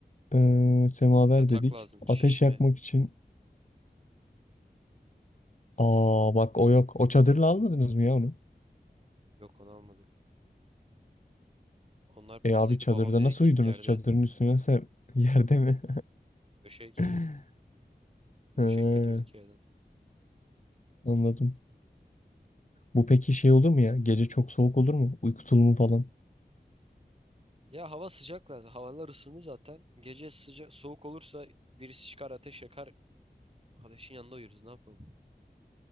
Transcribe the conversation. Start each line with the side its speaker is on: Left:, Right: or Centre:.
Left: Ee, semaver
Right: Yatak
Left: dedik.
Right: lazım. Şişme.
Left: Ateş yakmak için. Aa bak o yok. O çadırla almadınız mı ya onu?
Right: Yok onu almadık. Onlar pahalıydı.
Left: E abi çadırda
Right: Babam dedi
Left: nasıl
Right: ki
Left: uyudunuz?
Right: yerde
Left: Çadırın
Right: yat.
Left: üstüne sen <laughs> yerde mi?
Right: Döşek.
Left: <laughs>
Right: Döşek
Left: Ee,
Right: götürdük yerden.
Left: anladım. Bu peki şey olur mu ya? Gece çok soğuk olur mu? Uyku tulumu falan.
Right: Ya hava sıcak lazım. Havalar ısındı zaten. Gece sıcak soğuk olursa birisi çıkar ateş yakar. Ateşin yanında uyuruz ne yapalım.